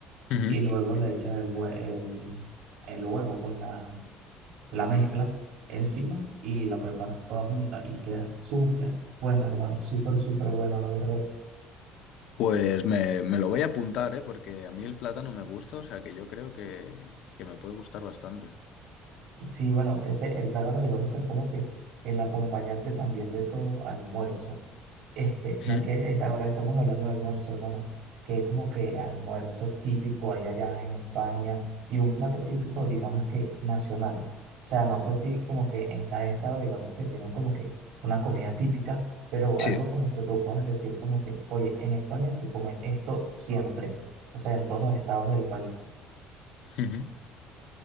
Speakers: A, on the left; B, on the right.
A: Ujú.
B: y luego le echas el, hue- el, el huevo, pues la, la mezcla encima y la preparas toda junta y queda súper bueno, hermano, súper, súper bueno, la verdad.
A: Pues me, me lo voy a apuntar, ¿eh? Porque a mí el plátano me gusta, o sea que yo creo que, que me puede gustar bastante.
B: Sí, bueno, ese, el plátano digamos que es como que el acompañante también de todo almuerzo. Este,
A: Ujú.
B: ya que esta- ahora estamos hablando de almuerzo, hermano, que es como que almuerzo típico ahí allá en España y un plato típico, digamos que nacional. O sea, no sé si como que en cada estado, digamos que tienen como que una comida típica, pero
A: Sí.
B: algo como que tú puedas decir como que, oye, en España se come esto siempre. O sea, en todos los estados del país.
A: Ujú.